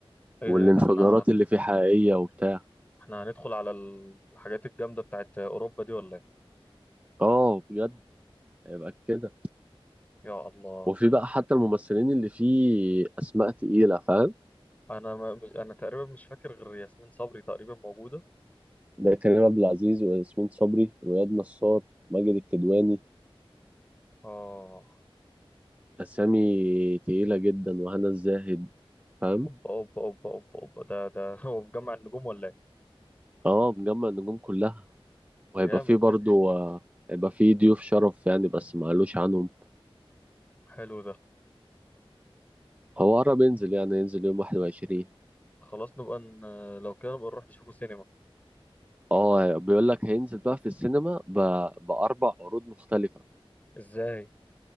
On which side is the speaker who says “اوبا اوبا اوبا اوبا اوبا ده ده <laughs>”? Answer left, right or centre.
Left